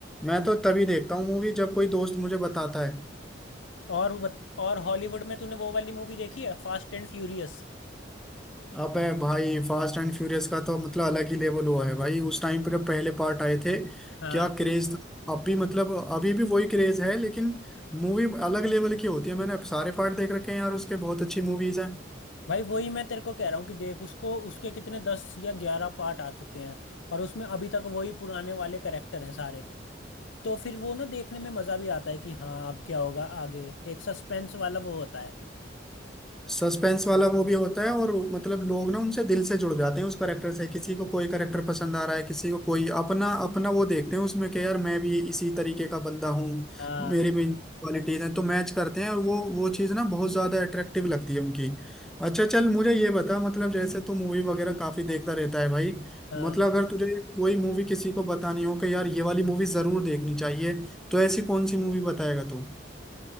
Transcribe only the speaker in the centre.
मैं तो तभी देखता हूँ मूवी जब कोई दोस्त मुझे बताता है
अबे भाई फास्ट एंड फ्यूरियस का तो मतलब अलग ही लेवल हुआ है भाई उस टाइम पर जब पहले पार्ट आए थे
क्या क्रेज था अब भी मतलब अभी भी वही क्रेज है लेकिन मूवी अलग लेवल की होती है मैंने सारे पार्ट देख रखे हैं यार उसके बहुत अच्छी मूवीज हैं
सस्पेंस वाला वो भी होता है और मतलब लोग ना उनसे दिल से जुड़ जाते हैं उस करेक्टर से किसी को कोई करेक्टर पसंद आ रहा है किसी को कोई अपना अपना वो देखते हैं उसमें कि यार मैं भी इसी तरीके का बंदा हूँ
मेरी भी क्वालिटीज हैं तो मैच करते हैं और वो वो चीज़ ना बहुत ज्यादा अट्रैक्टिव लगती है उनकी अच्छा चल मुझे ये बता मतलब जैसे तू मूवी वगैरह काफी देखता रहता है भाई
मतलब अगर तुझे कोई मूवी किसी को बतानी हो कि यार ये वाली मूवी जरूर देखनी चाहिए तो ऐसी कौन सी मूवी बताएगा तू